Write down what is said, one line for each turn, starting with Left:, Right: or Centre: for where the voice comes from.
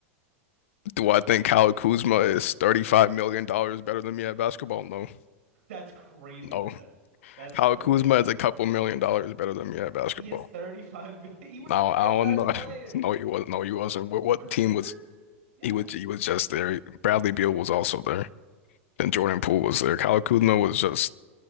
Left: Do I think Kyle Kuzma is $35 million dollars better than me at basketball? No,
Right: <laughs> That's crazy
Left: no.
Right: to say. That's
Left: Kyle
Right: crazy.
Left: Kuzma is a couple million dollars better than me at basketball.
Right: He is 35. <laughs> He was
Left: Now
Right: a franchise
Left: I don't know.
Right: player
Left: <laughs> No, he was. No, he wasn't. What what
Right: for the
Left: team
Right: Wizards?
Left: was
Right: Yes.
Left: he was he was just there. Bradley Beal was also there, and Jordan Poole was there. Kyle Kuzma was just